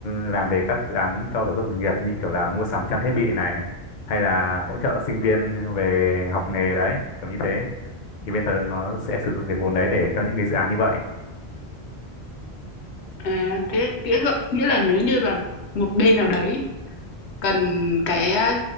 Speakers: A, on the left; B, on the left.
A: làm về các dự án cho giáo dục nghề nghiệp như kiểu là mua sắm trang thiết bị này hay là hỗ trợ sinh viên về học nghề đấy kiểu như thế thì bên tớ nó sẽ sử dụng cái vốn đấy để cho những cái dự án như vậy
B: À, thế nghĩa là, nghĩa là nếu như là một bên nào đấy cần cái à,